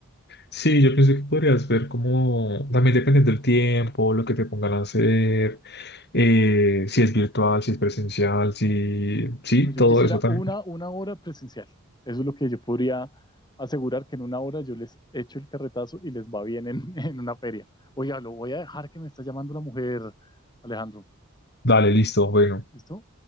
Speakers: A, on the left; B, on the left.
A: Sí, yo pienso que podrías ver como, también dependiendo del tiempo, lo que te pongan a hacer, eh, si es virtual, si es presencial, si, sí,
B: No, Yo
A: todo
B: quisiera
A: eso también.
B: una, una hora presencial. Eso es lo que yo podría asegurar que en una hora yo les echo el carretazo y les va bien en, <laughs> en una feria. Oiga, lo voy a dejar que me está llamando la mujer, Alejandro.
A: Dale, listo, bueno.
B: ¿Listo?